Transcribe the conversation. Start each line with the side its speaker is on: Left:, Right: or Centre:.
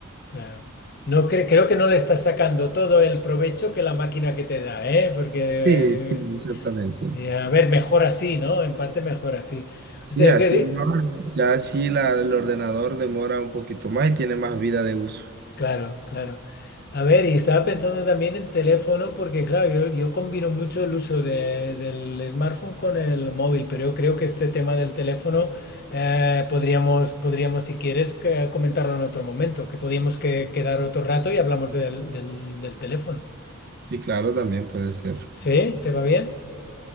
Left: claro. No cre- creo que no le estás sacando todo el provecho que la máquina que te da, ¿eh? Porque,
Right: Sí, sí, exactamente.
Left: eh, a ver, mejor así, ¿no? En parte mejor así.
Right: Sí,
Left: O sea,
Right: así
Left: yo cre-
Right: mejor. Ya así la, el ordenador demora un poquito más y tiene más vida de uso.
Left: Claro, claro. A ver, y estaba pensando también en teléfono porque, claro, yo, yo combino mucho el uso de- del smartphone con el móvil, pero yo creo que este tema del teléfono eh, podríamos, podríamos, si quieres, que- comentarlo en otro momento, que podíamos que- quedar otro rato y hablamos del, del, del teléfono.
Right: Sí, claro, también puede ser.
Left: ¿Sí? ¿Te va bien?